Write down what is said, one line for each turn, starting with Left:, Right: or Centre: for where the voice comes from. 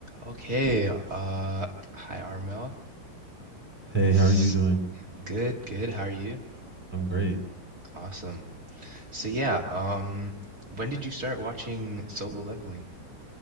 Right: Okay, uh, hi Armel.
Centre: Hey,
Right: S
Centre: how are you doing?
Right: good, good. How are you?
Centre: I'm great.
Right: Awesome. So yeah, um, when did you start watching Solo Leveling?